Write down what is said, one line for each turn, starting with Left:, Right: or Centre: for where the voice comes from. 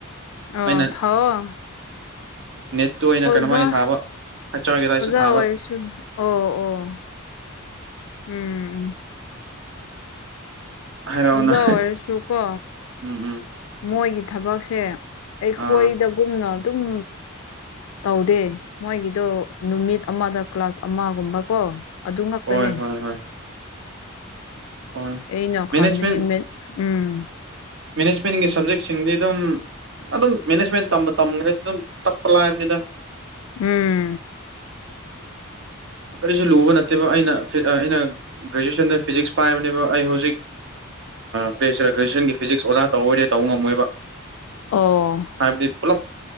Left: ꯑꯥꯎ
Right: ꯑꯩꯅ
Left: ꯊꯥꯎꯑꯣ
Right: ꯅꯦꯠꯇꯨ ꯑꯩꯅ
Left: ꯑꯣꯖꯥ
Right: ꯀꯩꯅꯣꯃꯒꯤ ꯊꯥꯕ ꯍꯩꯆ ꯑꯥꯔꯒꯤꯗ
Left: ꯑꯣꯖꯥ
Right: ꯑꯩꯁꯨ ꯊꯥꯕ
Left: ꯑꯣꯏꯔꯥꯁꯨ ꯑꯣ ꯑꯣ ꯎꯝ ꯎꯝ
Right: ꯍꯥꯏꯔꯛꯑꯣꯅ
Left: ꯑꯣꯖꯥ ꯑꯣꯏꯔꯁꯨ ꯀꯣ
Right: ꯎꯝ ꯎꯝ
Left: ꯃꯣꯏꯒꯤ ꯊꯕꯛꯁꯦ ꯑꯩꯈꯣꯏꯗꯒꯨꯝꯅ
Right: ꯑꯥ
Left: ꯑꯗꯨꯝ ꯇꯧꯗꯦ ꯃꯣꯏꯒꯤꯗꯣ ꯅꯨꯃꯤꯠ ꯑꯃꯥꯗ ꯀ꯭ꯂꯥꯁ ꯑꯃꯥꯒꯨꯝꯕ ꯀꯣ ꯑꯗꯨ ꯉꯥꯛꯛꯇꯅꯦ
Right: ꯍꯣꯏ ꯍꯣꯏ ꯍꯣꯏ ꯍꯣꯏ
Left: ꯑꯩꯩꯅ
Right: ꯃꯦꯅꯦꯖꯃꯦꯟ
Left: ꯈꯟꯃꯥꯅꯤ ꯎꯝ
Right: ꯃꯦꯅꯦꯖꯃꯦꯟꯒꯤ ꯁꯕꯖꯦꯛꯁꯤꯡꯗꯤ ꯑꯗꯨꯝ ꯑꯗꯨꯝ ꯃꯦꯅꯦꯖꯃꯦꯟ ꯇꯝꯕ ꯇꯝꯈ꯭ꯔꯦ ꯑꯗꯨꯝ ꯇꯛꯄ ꯂꯥꯛꯕꯅꯤꯗꯥ
Left: ꯎꯝ
Right: ꯀꯔꯤꯁꯨ ꯂꯨꯕ ꯅꯠꯇꯦꯕ ꯑꯩꯅ ꯑꯩꯅ ꯒ꯭ꯔꯦꯖꯨꯋꯦꯁꯟꯗ ꯐꯤꯖꯤꯛꯁ ꯄꯥꯏꯕꯅꯦꯕ ꯑꯩ ꯍꯧꯖꯤꯛ ꯀꯔꯤꯍꯥꯏꯁꯤꯔꯥ ꯒ꯭ꯔꯦꯖꯨꯋꯦꯁꯟꯒꯤ ꯐꯤꯖꯤꯛꯁ ꯑꯣꯖꯥ ꯇꯧꯑꯣꯔꯦ ꯇꯧꯕ ꯉꯝꯃꯣꯏꯕ
Left: ꯑꯣ
Right: ꯍꯥꯏꯕꯗꯤ ꯄꯨꯂꯞ